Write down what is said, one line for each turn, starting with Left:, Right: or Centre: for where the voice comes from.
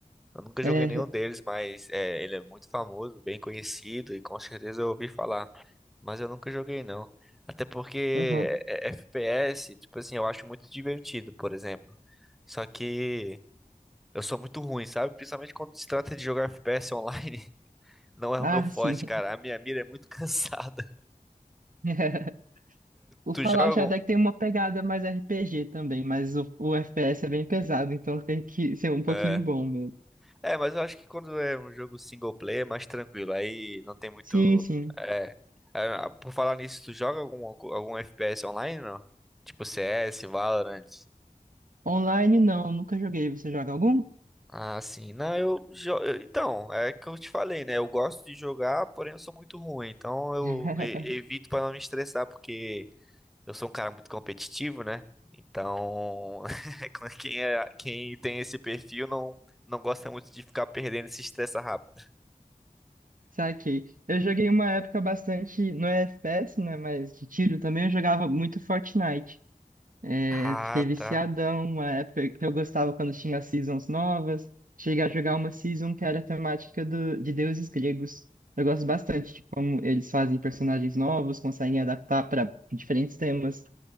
Centre: Eu nunca
Right: É,
Centre: joguei nenhum deles, mas é, ele é muito famoso, bem conhecido e com certeza eu ouvi falar. Mas eu nunca joguei não. Até porque
Right: aham.
Centre: é, é, FPS, tipo assim, eu acho muito divertido, por exemplo. Só que eu sou muito ruim, sabe? Principalmente quando se trata de jogar FPS online, <laughs> não é
Right: Ah,
Centre: o meu forte,
Right: sim.
Centre: cara. A minha mira é muito <laughs> cansada.
Right: <laughs> O
Centre: Tu
Right: Fallout
Centre: joga? algum-
Right: até que tem uma pegada mais RPG também, mas o, o FPS é bem pesado, então tem que ser um pouquinho
Centre: É.
Right: bom mesmo.
Centre: É, mas eu acho que quando é um jogo single player é mais tranquilo, aí não tem muito.
Right: Sim, sim.
Centre: É. É, Por falar nisso, tu joga algum, algum FPS online, não? Tipo CS, Valorant.
Right: Online não, nunca joguei. Você joga algum?
Centre: Ah, sim. Não, eu, jo- eu- Então, é que eu te falei, né? Eu gosto de jogar, porém eu sou muito ruim. Então eu
Right: <laughs>
Centre: e- evito pra não me estressar, porque eu sou um cara muito competitivo, né? Então, <laughs> quem é, quem tem esse perfil não, não gosta muito de ficar perdendo e se estressa rápido.
Right: Saquei. Eu joguei uma época bastante, não é FPS, né, mas de tiro também, eu jogava muito Fortnite. É,
Centre: Ah,
Right: fiquei viciadão,
Centre: tá.
Right: uma época que eu gostava quando tinha seasons novas. Cheguei a jogar uma season que era a temática do, de deuses gregos. Eu gosto bastante de como eles fazem personagens novos, conseguem adaptar para diferentes temas.